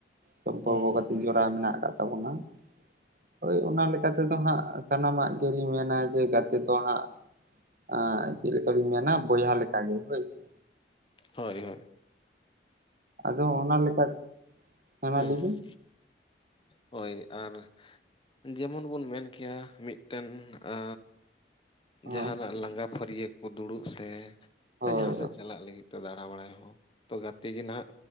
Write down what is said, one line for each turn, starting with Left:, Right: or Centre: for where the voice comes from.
Right: ᱥᱚᱢᱯᱚᱨᱠᱚ
Left: ᱦᱩᱸ ᱦᱩᱸ
Right: ᱜᱟ ᱠᱟᱛᱮᱜ ᱡᱚᱲᱟᱣ ᱢᱮᱱᱟᱜ ᱟᱠᱟᱫ ᱛᱟᱵᱚᱱᱟ ᱦᱳᱭ ᱚᱱᱟ ᱞᱮᱠᱟᱛᱮᱫᱚ ᱦᱟᱸᱜ ᱥᱟᱱᱟᱢᱟᱜ ᱜᱮᱞᱤᱧ ᱢᱮᱱᱟ ᱡᱮ ᱜᱟᱛᱮ ᱟᱫᱚ ᱦᱟᱸᱜ ᱪᱮᱫ ᱞᱮᱠᱟ ᱵᱤᱱ ᱢᱮᱱᱟ ᱵᱚᱭᱦᱟ ᱞᱮᱠᱟᱜᱮ ᱦᱳᱭ ᱥᱮ,
Left: ᱦᱳᱭ ᱦᱳᱭ
Right: ᱟᱫᱚ ᱚᱱᱟ ᱞᱮᱠᱟ ᱢᱟ
Left: ᱦᱮᱸ
Right: ᱞᱟᱹᱭ ᱵᱤᱱ
Left: ᱦᱳᱭ ᱟᱨ ᱡᱮᱢᱚᱱ ᱵᱚᱱ ᱢᱮᱱ ᱠᱮᱭᱟ ᱢᱤᱫᱴᱮᱱ ᱟᱻ
Right: ᱦᱳᱭ
Left: ᱡᱟᱦᱟᱱᱟᱜ ᱞᱟᱸᱜᱟ ᱯᱷᱟᱹᱨᱤᱭᱟᱹᱟᱹ ᱠᱚ ᱫᱩᱲᱩᱵ ᱥᱮ
Right: ᱦᱳᱭ
Left: ᱥᱮ ᱡᱟᱦᱟᱸ ᱥᱮᱫ ᱪᱟᱞᱟᱜ ᱞᱟᱹᱜᱤᱫ ᱛᱮ ᱫᱟᱬᱟ ᱵᱟᱲᱟᱭ ᱦᱚᱸ, ᱛᱚ ᱜᱟᱛᱮ ᱜᱮ ᱱᱟᱦᱟᱜ